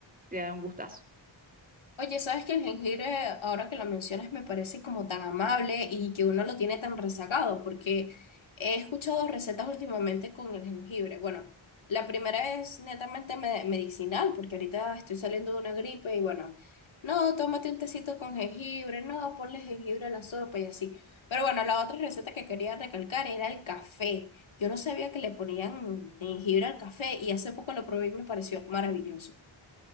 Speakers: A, on the right (about 15°); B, on the left (about 70°).
A: le da un gustazo.
B: Oye, ¿sabes que el jengibre, ahora que lo mencionas, me parece como tan amable y que uno lo tiene tan rezagado? Porque he escuchado recetas últimamente con el jengibre. Bueno, la primera es netamente me- medicinal, porque ahorita estoy saliendo de una gripe y bueno, no, tómate un tecito con jengibre, no, ponle jengibre a la sopa y así. Pero bueno, la otra receta que quería recalcar era el café. Yo no sabía que le ponían jengibre al café y hace poco lo probé y me pareció maravilloso. O